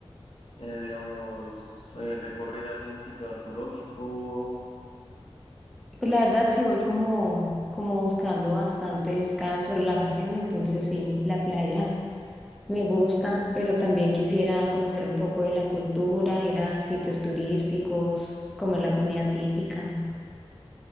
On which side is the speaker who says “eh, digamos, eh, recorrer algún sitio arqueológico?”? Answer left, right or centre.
Left